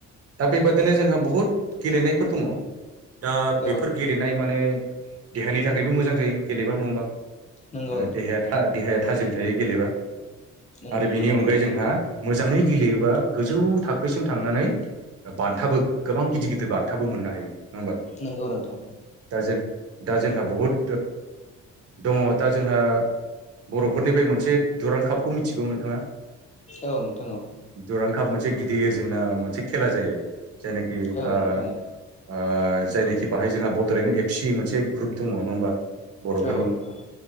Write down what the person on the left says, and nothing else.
औ नोंथां
नोंगौ
नोंथां
नंगौ
नोंथां
नंगौ नोंथां
औ नोंथां औ,
औ नोंथां
औ नोंथां